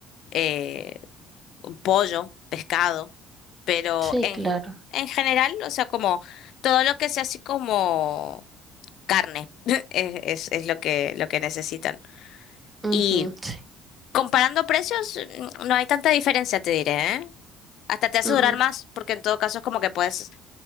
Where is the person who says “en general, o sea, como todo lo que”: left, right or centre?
Left